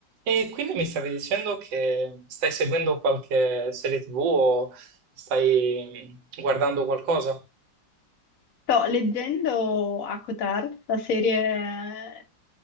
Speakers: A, on the right (about 80°); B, on the left (about 60°).
A: E quindi mi stavi dicendo che stai seguendo qualche serie TV o stai mm, guardando qualcosa?
B: Sto leggendo Acotar, la serie, eh,